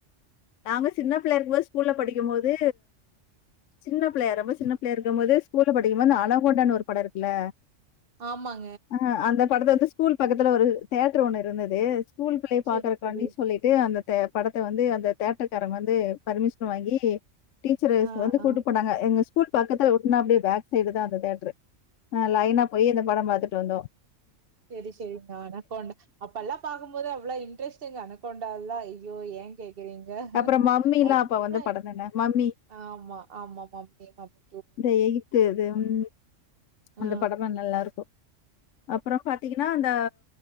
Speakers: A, on the left; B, on the right.
A: நாங்க சின்னப் பிள்ளையா இருக்கும்போது ஸ்கூல்ல படிக்கும் போது சின்னப் பிள்ளையா ரொம்ப சின்ன பிள்ளையா இருக்கும் போது ஸ்கூல்ல படிக்கும்போது இந்த அனகோண்டானு ஒரு படோ இருக்கல்ல
B: ஆமாங்க.
A: ஆ அந்த படத்த வந்து ஸ்கூல் பக்கத்துல ஒரு தியேட்ரு ஒண்ணு இருந்தது ஸ்கூல் பிள்ளைய
B: சரி,
A: பாக்கறக்காண்டி
B: சரி.
A: சொல்லிட்டு அந்த ட்ட படத்த வந்து அந்த தியேட்ருகார வந்து பர்மிஷன் வாங்கி டீச்சர்ஸ்
B: ஆ,
A: வந்து கூட்டு
B: ஆ.
A: போனாங்க எங்க ஸ்கூல் பக்கத்துல ஒட்னாப்டியே பேக் சைடுதா அந்த தியேட்ரு ஆ லைனா போயி அந்த படம் பாத்துட் டு வந்தோ
B: செரி செரிங்க அனகோண்டா அப்பல்லா பாக்கும்போது அவ்ளோ இன்ட்ரெஸ்டுங்க அன கோண்டால்லா ஐயோ யேன் கேக்கறீங்
A: அப்புறம் மம்மிலாம்
B: அவ்ளா
A: அப்ப வந்த படம் தான. மம்மி
B: ஆமா ஆமா மம்மி மம்மி
A: இந்த எகிப்து இது ம்
B: அ,
A: அந்த படல்லா நல்லா இருக்கு அப்புறம் பாத்தீங்கன்னா இந்த